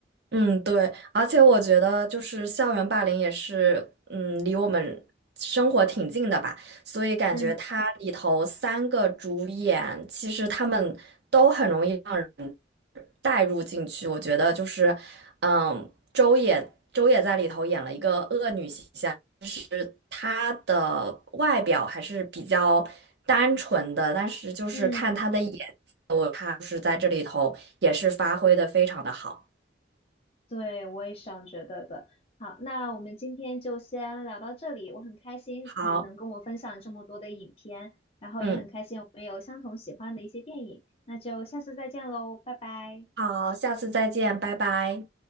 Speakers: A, on the right; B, on the left.
A: 嗯，对，而且我觉得就是校园霸凌也是，嗯，离我们生活挺近的吧，所以感觉它里头三个主演，
B: 嗯
A: 其实他们都很容易让人带入进去。我觉得就是，嗯，周也周也在里头演了一个恶女形象，她的外表还是比较单纯的，但是就是看她的眼，
B: 嗯，
A: 她就是在这里头也是发挥的非常的好。
B: 对，我也是这样觉得的。好，那我们今天就先聊到这里。我很开心你能跟我分享这么多的影片，
A: 好，
B: 然后也很开心我们有相同喜欢的一些电影。
A: 嗯。
B: 那就下次再见喽，拜拜。
A: 好，下次再见，拜拜。